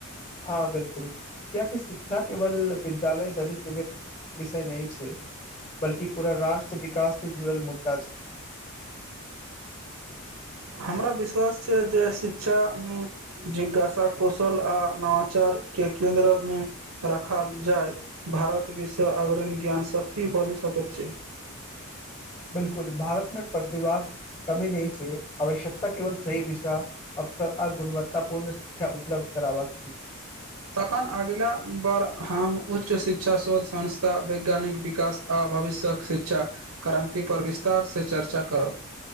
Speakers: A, on the left; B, on the right.
A: हँ बिलकुल कियाकि शिक्षा केवल विद्यालय धरि सीमित विषय नहि छै बल्कि पूरा राष्ट्र विकास से जुड़ल मुद्दा छै <inaudible>
B: हमरा विश्वास छै जे शिक्षामे जिज्ञासा कौशल आ नवाचार के केंन्द्रमे रखल जाय भारत विश्व अग्रणी ज्ञान शक्ति बन नि सकैत छै
A: बिलकुल भारत मे प्रतिभाक कमी नहि छै आवश्यकता केवल सही दिशा अवसर आ गुणवत्ता पूर्ण शिक्षा उपलब्ध करबाक छै
B: तखन अगिला बार हम उच्च शिक्षा शोध संस्था वैज्ञानिक विकास आ भविष्यक शिक्षा क्रान्ति पर विस्तारसँ चर्चा करब